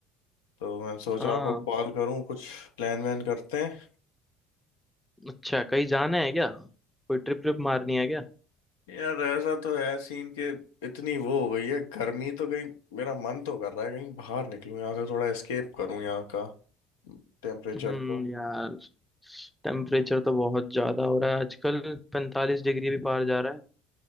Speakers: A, on the left; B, in the centre.
A: तो मैंने सोचा
B: हाँ
A: आपको कॉल करूं कुछ प्लान वैन करते हैं
B: अच्छा कहीं जाना है क्या कोई ट्रिप ट्रिप मारनी है क्या
A: यार ऐसा तो है सीन के इतनी वो हो गई है गर्मी तो कहीं मेरा मन तो कर रहा है कहीं बाहर निकलूं यहाँ से थोड़ा एस्केप करूं यहाँ का टेम्परेचर
B: हम्म
A: को
B: यार टेम्परेचर तो बहुत ज्यादा हो रहा है आजकल पैंतालीस डिग्री भी पार जा रहा है